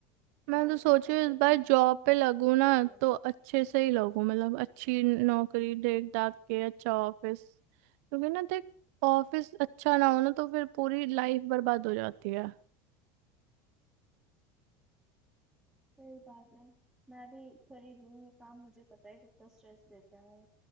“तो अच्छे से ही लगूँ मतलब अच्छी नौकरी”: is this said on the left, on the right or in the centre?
Right